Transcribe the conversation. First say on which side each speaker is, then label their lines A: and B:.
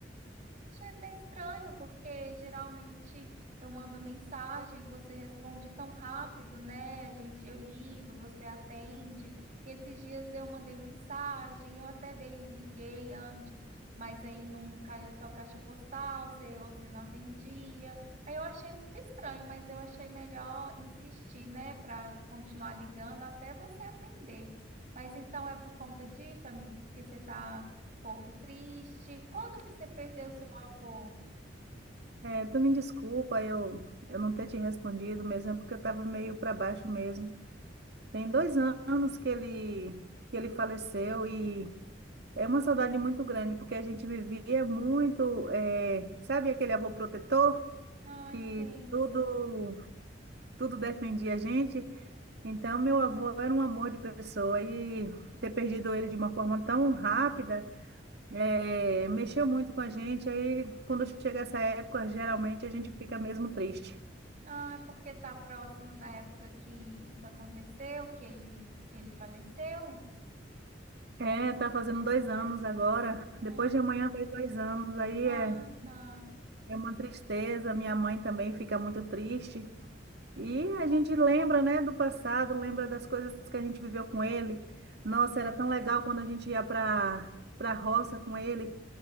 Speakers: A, on the right; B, on the right.
A: achei até estranho, porque geralmente eu mando mensagem, você responde tão rápido, né? A gente, eu ligo, você atende. E esses dias eu mandei mensagem, eu até dei, liguei antes, mas aí não caiu só caixa postal, você, ou você não atendia. Aí eu achei muito estranho, mas eu achei melhor insistir, né, para continuar ligando até você atender. Mas então é por conta disso, amigo, porque você tá pouco triste. Quando que você perdeu seu avô?
B: É, tu me desculpa eu, eu não ter te respondido mesmo, é porque eu estava meio para baixo mesmo. Tem dois an- anos que ele, que ele faleceu e é uma saudade muito grande, porque a gente vivia muito, é, sabe aquele avô protetor
A: Ah,
B: que
A: entendo.
B: tudo, tudo defendia a gente? Então, meu avô era um amor de pessoa e ter perdido ele de uma forma tão rápida, é, mexeu muito com a gente. Aí, quando chega essa época, geralmente a gente fica mesmo triste.
A: Ah, é porque tá próximo da época que isso aconteceu, que ele que ele faleceu?
B: É, tá fazendo dois anos agora.
A: Ah,
B: Depois de amanhã faz dois anos. Aí
A: ah,
B: é,
A: tá.
B: é uma tristeza. Minha mãe também fica muito triste. E a gente lembra, né, do passado, lembra das coisas que a gente viveu com ele. Nossa, era tão legal quando a gente ia para para roça com ele,